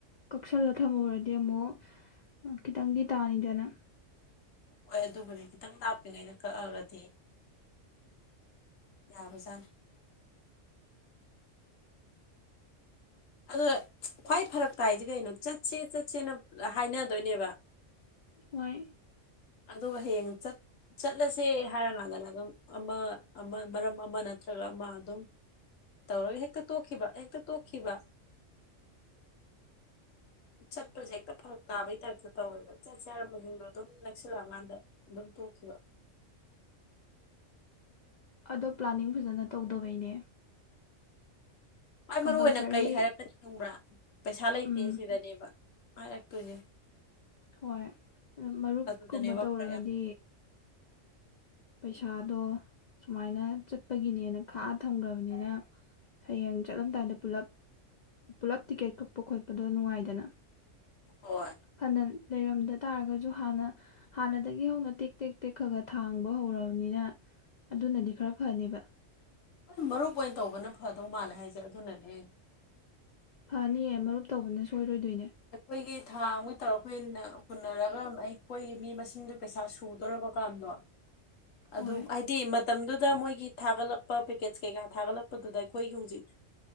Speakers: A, on the left; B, on the left.
A: ꯀꯛꯁꯜꯂ ꯊꯝꯃꯨꯔꯗꯤ ꯑꯃꯨꯛ ꯈꯤꯇꯪꯗꯤ ꯇꯥꯅꯤꯗꯅ
B: ꯍꯣꯏ ꯑꯗꯨꯕꯨꯗꯤ ꯈꯤꯇꯪ ꯂꯥꯞꯄꯤꯉꯩꯩꯅ ꯀꯛꯑꯒꯗꯤ ꯌꯥꯕꯖꯥꯠꯅꯤ ꯑꯗꯣ ꯈ꯭ꯋꯥꯏ ꯐꯔꯛ ꯇ ꯍꯥꯏꯁꯦ ꯀꯩꯅꯣ ꯆꯠꯁꯦ ꯆꯠꯁꯦꯅ ꯍꯥꯏꯅꯗꯣꯏꯅꯦꯕ
A: ꯍꯏ
B: ꯑꯗꯨꯒ ꯍꯦꯡ ꯆꯠ ꯆꯠꯂꯁꯦ ꯍꯥꯏꯔ ꯃꯥꯗꯂ ꯑꯗꯨꯝ ꯑꯃ ꯑꯃ ꯃꯔꯝ ꯑꯃ ꯅꯠꯇ꯭ꯔꯒ ꯑꯃ ꯑꯗꯨꯝ ꯇꯧꯔꯒ ꯍꯦꯛꯇ ꯇꯣꯛꯈꯤꯕ ꯍꯦꯛꯇ ꯇꯣꯛꯈꯤꯕ ꯆꯠꯄꯁꯦ ꯍꯦꯛꯇ ꯐꯔꯛ ꯇꯥꯕꯩ ꯇꯥꯏꯞꯇ ꯇꯧꯋꯦꯕ ꯆꯠ ꯆꯔꯗꯣ ꯑꯗꯨꯝ ꯆꯛꯁꯤꯜꯂꯛꯑꯀꯥꯟꯗ ꯑꯗꯨꯝ ꯇꯣꯡꯈꯤꯕ
A: ꯑꯗꯣ ꯄ꯭ꯂꯥꯅꯤꯡ ꯐꯖꯅ ꯇꯧꯗꯕꯩꯅꯦ
B: ꯈ꯭ꯋꯥꯏ
A: ꯀꯝꯄꯜꯁꯔꯤ
B: ꯃꯔꯨꯏ ꯑꯣꯏꯅ ꯀꯩ ꯍꯥꯏꯔꯛꯀꯅꯤ ꯈꯪꯕ꯭ꯔꯥ ꯄꯩꯁꯥ ꯂꯩꯇꯦ
A: ꯎꯝ
B: ꯁꯤꯗꯅꯦꯕ ꯃꯥꯔꯛꯇꯣꯏꯖꯦ
A: ꯍꯣꯏ ꯑ ꯃꯔꯨꯞꯀꯨꯝꯕ
B: ꯑꯗꯨꯗꯅꯦꯕ
A: ꯇꯧꯔꯒꯗꯤ
B: ꯐꯔꯛ ꯌꯥꯝ
A: ꯄꯩꯁꯥꯗꯣ ꯁꯨꯃꯥꯏꯅ ꯆꯠꯄꯒꯤꯅꯦꯅ ꯈꯥ ꯊꯝꯈ꯭ꯔꯕꯅꯤꯅ ꯍꯌꯦꯡ ꯆꯠꯂꯝꯗꯥꯏꯗ ꯄꯨꯜꯂꯞ ꯄꯨꯂꯞ ꯇꯤꯛꯀꯦꯠ ꯀꯛꯄ ꯈꯣꯠꯄꯗꯣ ꯅꯨꯡꯉꯥꯏꯗꯅ
B: ꯍꯣꯏ
A: ꯐꯥꯅꯥ ꯂꯩꯔꯝꯗ ꯇꯥꯔꯒꯁꯨ ꯍꯥꯟꯅ ꯍꯥꯟꯅꯗꯒꯤ ꯍꯧꯅ ꯇꯦꯛ ꯇꯦꯛ ꯇꯦꯛ ꯈꯔ ꯈꯔ ꯊꯥꯡꯕ ꯍꯧꯔꯃꯤꯅ ꯑꯗꯨꯅꯗꯤ ꯈꯔ ꯐꯅꯤꯕ
B: ꯃꯔꯨꯞ ꯑꯣꯏꯅ ꯇꯧꯕꯅ ꯐꯗꯧ ꯃꯥꯜꯂꯦ ꯍꯥꯏꯁꯦ ꯑꯗꯨꯅꯅꯦ
A: ꯐꯅꯤꯌꯦ ꯃꯔꯨꯞ ꯇꯧꯕꯅ ꯁꯣꯏꯔꯣꯏꯗꯣꯏꯅꯦ
B: ꯑꯩꯈꯣꯏꯒꯤ ꯊꯥꯡ ꯑꯃ ꯇꯧꯔ ꯑꯩꯈꯣꯏ ꯍꯨꯟꯅꯔꯒ ꯑꯩꯈꯣꯏꯒꯤ ꯃꯤ ꯃꯁꯤꯡꯗꯨ ꯄꯩꯁꯥ ꯁꯨꯗꯣꯔꯕ ꯀꯥꯟꯗꯣ
A: ꯍꯣꯏ
B: ꯑꯗꯨꯝ ꯍꯥꯏꯗꯤ ꯃꯇꯝꯗꯨꯗ ꯃꯣꯏ ꯒꯤ ꯊꯥꯒꯠꯂꯛꯄ ꯄꯤꯄꯦꯖ ꯀꯩꯀꯥ ꯊꯥꯒꯠꯂꯛꯄꯗꯨꯗ ꯑꯩꯈꯣꯏꯒꯤ ꯍꯧꯖꯤꯛ